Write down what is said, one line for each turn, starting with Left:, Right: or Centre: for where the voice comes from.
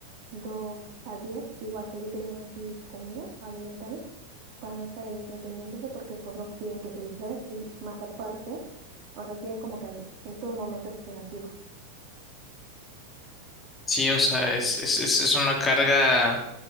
Right: dos a diez igual pues ya tenían que ir comidos, alimentados, para no estar ahí entreteniéndose porque pues no quieren que se distraigan y más aparte, o sea, quieren como que en todo momento estén activos.
Left: Sí, o sea, es, es, es es una carga.